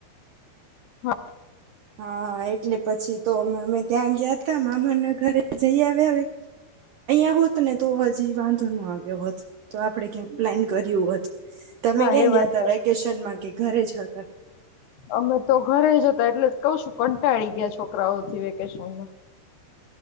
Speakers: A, on the left; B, on the right.
A: હા
B: હા એટલે પછી તો અમે અમે ત્યાં ગયા હતા મામાને ઘરે જઈએ ે અ ને તો હજી વાંધો નો આવ્યો હોત તો આપડે ક્યાં પ્લાન કર્યું હતું તમે
A: હા
B: ક્યાં
A: એ
B: ગયા
A: વાત
B: ત
A: સાચી
B: વેકેશનમાં કે ઘરે જ હતા
A: અમે તો ઘરે જ હતા એટલે કઉ શું કંટાળી ગયા છોકરાઓથી વેકેશનમાં